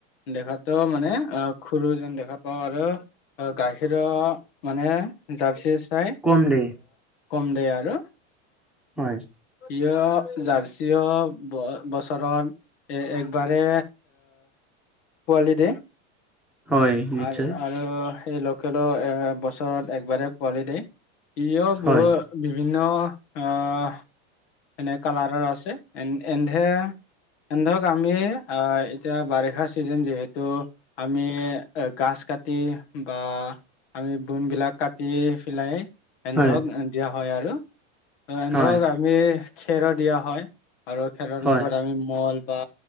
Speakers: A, on the left; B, in the centre.
A: দেখাতো মানে অ সৰু যেন দেখা পাওঁ আৰু গাখীৰৰ মানে জাৰ্চী চাই
B: কম দেই
A: কম দিয় আৰু
B: হয়
A: প্ৰীয় জাৰ্চিয় বছৰত এ একবাৰে পোৱালি দেই।
B: হয় নিশ্চয়
A: আ আৰু এ লোকেলৰ এ বছৰত একবাৰেই পোৱালি দিয়ে ইও
B: হয়।
A: বহুত বিভিন্ন আহ এনে কালাৰৰ আছে এন এন্ধে এন্ধক আমি আহ এতিয়া বাৰিষাৰ ছিজন যিহেতু আমি গাছ কাটি বা আমি বন বিলাক কাটি পেলাই এন্ধক
B: হয়।
A: দিয়া হয় আৰু এন্ধক
B: হয়
A: আমি খেৰ দিয়া হয় আৰু খেৰৰ
B: হয়
A: লগত আমি মল বা